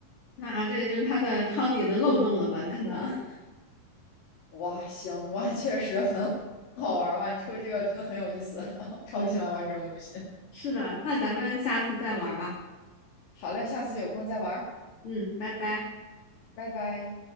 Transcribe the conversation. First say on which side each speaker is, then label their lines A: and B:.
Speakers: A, on the left (about 40°); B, on the left (about 80°).
A: 那这个就是它的汤底的漏洞了吧？可能，<laughs>
B: 哇，行，哇，确实很好玩儿哇，
A: 嗯
B: 你说这个真的很有意思，<laughs> 超级喜欢玩这种游戏。
A: 嗯，是的。那咱们下次再玩儿吧。
B: 好嘞，下次有空再玩儿，
A: 嗯，拜拜。
B: 拜拜。